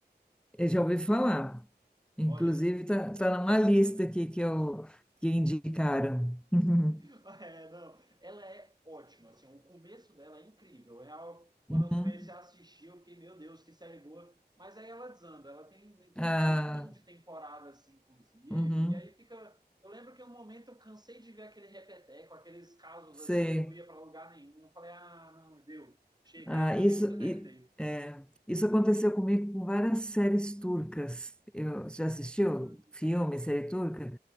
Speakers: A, in the centre; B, on the right.
A: Eu já ouvi falar. Inclusive,
B: Olha,
A: tá, tá numa lista aqui que eu que indicaram. Uhum.
B: <laughs> É, não. Ela é ótima, assim, o começo dela é incrível. É Real, quando
A: Uhum.
B: eu comecei a assistir, eu fiquei, meu Deus, que série boa. Mas aí ela desanda, ela tem
A: Ah,
B: tantão de temporada, assim, inclusive,
A: uhum.
B: e aí fica. Eu lembro que em um momento eu cansei de ver aquele repeteco, aqueles casos
A: Sei.
B: assim que não ia para lugar nenhum. Eu falei, ah, não, deu. Cheguei,
A: Ah,
B: eu também
A: isso,
B: nunca terminei.
A: e- é, isso aconteceu comigo com várias séries turcas. Eu, já assistiu
B: Hum,
A: filme, série turca?